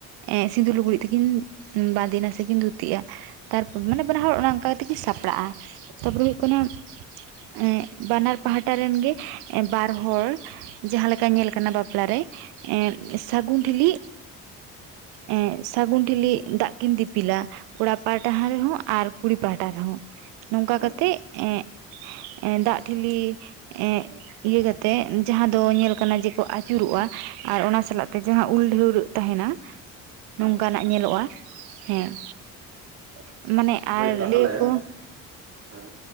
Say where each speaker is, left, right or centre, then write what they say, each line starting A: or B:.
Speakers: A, on the right; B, on the right.
A: ᱮᱸᱜ ᱥᱤᱸᱫᱩᱨ ᱞᱩᱜᱽᱲᱤᱡ ᱛᱮᱠᱤᱱ ᱵᱟᱸᱫᱮᱱᱟ ᱥᱮ ᱠᱤᱱ ᱫᱷᱩᱛᱤᱜᱼᱟ᱾ ᱛᱟᱨᱯᱚᱨ ᱢᱟᱱᱮ ᱵᱟᱱᱟ ᱦᱚᱲ ᱚᱱᱟ ᱚᱱᱠᱟ ᱠᱟᱛᱮ ᱠᱤᱱ ᱥᱟᱯᱲᱟᱜᱼᱟ᱾ ᱛᱟᱯᱚᱨᱮ ᱦᱩᱭᱩᱜ ᱠᱟᱱᱟ, ᱮᱸᱜ ᱵᱟᱱᱟᱨ ᱯᱟᱦᱴᱟ ᱨᱮᱱ ᱜᱮ ᱵᱟᱨ ᱦᱚᱲ᱾ ᱡᱟᱦᱟᱸ ᱞᱮᱠᱟ ᱧᱮᱞ ᱠᱟᱱᱟ ᱵᱟᱯᱞᱟᱨᱮ ᱮᱸᱫ ᱥᱟᱹᱜᱩᱱ ᱴᱷᱤᱞᱤ, ᱮᱸᱜ ᱥᱟᱹᱜᱩᱱ ᱴᱷᱤᱞᱤ ᱫᱟᱜ ᱠᱤᱱ ᱫᱤᱯᱤᱞᱟ᱾ ᱠᱚᱲᱟ ᱯᱟᱦᱟᱴᱟ ᱨᱮᱦᱚᱸ, ᱟᱨ ᱠᱩᱲᱤ ᱯᱟᱦᱟᱴᱟ ᱨᱮᱦᱚᱸ, ᱱᱚᱝᱠᱟ
B: ᱦᱮᱸ
A: ᱠᱟᱛᱮᱜ ᱮᱸᱜ, ᱮ ᱫᱟᱜ ᱴᱷᱤᱞᱤ ᱮᱸᱜ, ᱤᱭᱟᱹ ᱠᱟᱛᱮᱜ ᱡᱟᱦᱟᱸ ᱫᱚ ᱧᱮᱞ ᱠᱟᱱᱟ ᱡᱮᱠᱚ ᱟᱹᱪᱩᱨᱚᱜᱼᱟ ᱟᱨ ᱚᱱᱟ ᱥᱟᱞᱟᱜ ᱛᱮ ᱡᱟᱦᱟᱸ ᱩᱞ ᱰᱷᱟᱹᱣᱨᱟᱹᱜ᱾ ᱛᱟᱦᱮᱱᱟ, ᱱᱚᱝᱠᱟᱱᱟᱜ
B: ᱦᱮᱸ
A: ᱧᱮᱞᱚᱜᱼᱟ ᱦᱮᱸ,
B: ᱟᱪᱪᱷᱟ
A: ᱢᱟᱱᱮ ᱟᱨ
B: ᱢᱟᱹᱭ ᱛᱟᱦᱞᱮ,
A: ᱞᱟᱹᱭᱟᱠᱚ
B: ᱦᱮᱸ